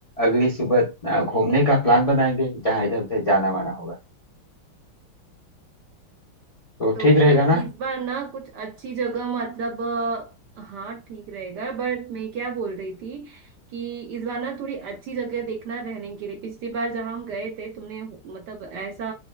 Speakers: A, on the left; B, on the right.
A: अगली सुबह अ, घूमने का प्लान बनाएंगे जहाँ इधर उधर जाना वाना होगा तो
B: तो
A: ठीक रहेगा
B: पर इस
A: ना
B: बार ना कुछ अच्छी जगह मतलब अ, हाँ ठीक रहेगा बट मैं क्या बोल रही थी कि इस बार ना थोड़ी अच्छी जगह देखना रहने के लिए पिछली बार जहाँ हम गए थे तुमने हो- मतलब ऐसा